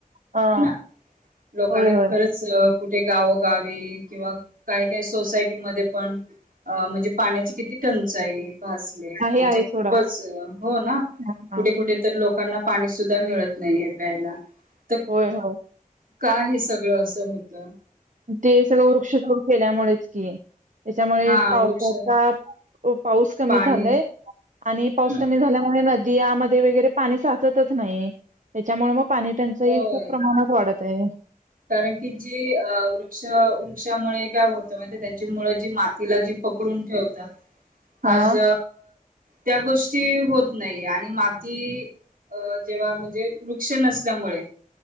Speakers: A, on the right; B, on the right.
A: हा
B: हे ना लोकांना
A: होय होय.
B: खरंच कुठे गावोगावी किंवा काही काही सोसायटीमध्येध्ये पण म्हणजे पाण्याची किती टंचाई भासेल
A: आहे
B: म्हणजे
A: आहे
B: खूपच
A: सोडा.
B: हो ना
A: हा हा.
B: कुठे कुठे तर लोक लोकांना पाणी सुद्धा मिळत नाहीये प्यायला <inaudible> तर
A: होय, होय.
B: का हे स सगळं असं होत.
A: ते सगळं वृक्षतोड केल्यामुळेच की त्याच्यामुळे
B: हा
A: पावसाचा
B: वृक्ष
A: पाऊस कमी
B: पाणी
A: झालाय, आणि पाऊस
B: हम्म
A: कमी झाल्यामुळे नदीयामध्ये वगैरे पाणी साचतच नाही त्याच्यामुळे मग पाणी टंचाई
B: होय
A: खूप प्रमाणात वाढत आहे.
B: कारण की जी अ वृक्ष वृक्षामुळे काय होत माहि त्यां मातीला जी पकडून ठेवतात
A: हा
B: आज त्या गोष्टी होत नाही आणि म ती अ जेव्हा म्हणजे वृक्ष नसल्यामुळे